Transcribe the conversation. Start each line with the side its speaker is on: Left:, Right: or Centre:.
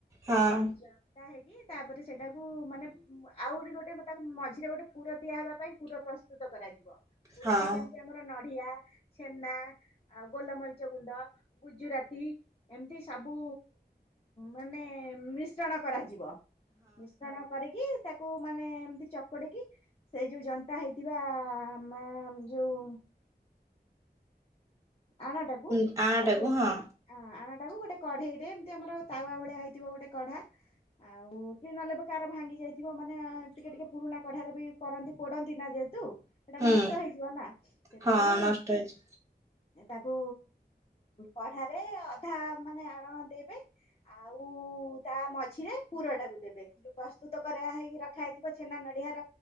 Right: ହଁ।
Left: ଯନ୍ତା ହେଇକି ତାପରେ ସେଇଟାକୁ ମାନେ। ଆଉରି ଗୋଟେ ତାକୁ ମଝିରେ ଗୋଟେ ପୁର ଦିଆହବା ପାଇଁ ପୁର ପ୍ରସ୍ତୁତ କରାଯିବ। ପୁରରେ
Right: ହଁ
Left: ଯେମିତି। ଆମର ନଢିଆ, ଛେନା ଆଉ ଗୋଲମରିଚ ଗୁଣ୍ଡ ଗୁଜୁରାତି। ଏମିତି ସବୁ ମାନେ ମିଶ୍ରଣ କରାଯିବ। ମିଶ୍ରଣ କରିକି ତାକୁ ମାନେ ଏମତି ଚକଡିକି। ସେଇ ଯୋଉ ଜନ୍ତା ହେଇଥିବା ମା ଯୋଉ। ଆନା ଟାକୁ
Right: ହଁ
Left: ତାକୁ।
Right: ଆଣଟାକୁ ହଁ
Left: ଆଣଟାକୁୁ ଗୋଟେ କଢେଇ ରେ ଏମିତି ଆମର ତାୱଆ ଭଳିଆ ହେଇଥିବ ଗୋଟେ କଢା। ଆଉ ଚି ନଲେ। କାର ଭାଙ୍ଗି ଯାଇଥିବ। ମାନେ ଟିକେ ଟିକେ ପୁରୁଣା କଢାରେ ବି କରନ୍ତି ପୋଡନ୍ତି ନା ଯେହେତୁ। ସେଇଟା
Right: ହୁଁ
Left: ନଷ୍ଟ ହେଇଯିବ ନା ସେଥିପାଇଁ।
Right: ହଁ ନଷ୍ଟ ହେଇଛି
Left: ତାକୁ କଢାରେ ଅଧା ମାନେ ଆଣ ଦେବେ। ଆଉ ତା ମଝିରେ। ପୁର ଟାକୁ ଦେବେ। ଯୋଉ ପ୍ରସ୍ତୁତ କରା ହେଇକି ରଖା ହେଇଥିବ ଛେନା, ନଢିଆ ର।